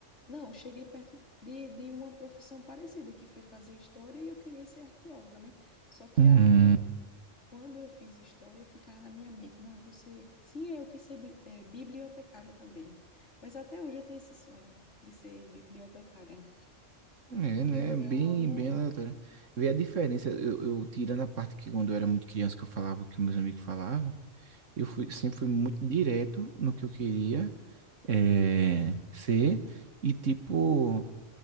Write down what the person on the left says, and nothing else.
Não, eu cheguei perto de, de uma profissão parecida, que foi fazer história e eu queria ser arqueóloga, né? Só que
aí Quando eu fiz história, eu ficava na minha mente, não, eu vou ser, sim, é eu quis ser bli- eh, bibliotecária também, mas até hoje eu tenho esse sonho de ser bibliotecária,
porque
eu,
eu amo,